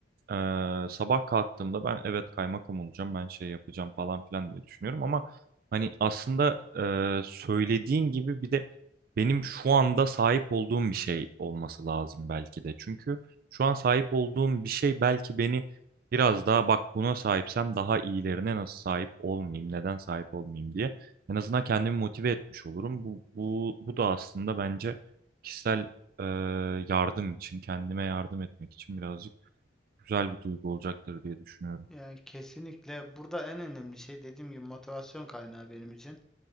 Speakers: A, on the right; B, in the centre.
A: ee, sabah kalktığımda ben evet kaymakam olacağım, ben şey yapacağım falan filan diye düşünüyorum ama hani aslında e, söylediğin gibi bir de benim şu anda sahip olduğum bir şey olması lazım belki de. Çünkü şu an sahip olduğum bir şey belki beni biraz daha bak buna sahipsem daha iyilerine nasıl sahip olmayayım, neden sahip olmayayım diye en azından kendimi motive etmiş olurum. Bu, bu, bu da aslında bence kişisel e, yardım için, kendime yardım etmek için birazcık güzel bir duygu olacaktır diye düşünüyorum.
B: Yani kesinlikle burada en önemli şey dediğim gibi motivasyon kaynağı benim için.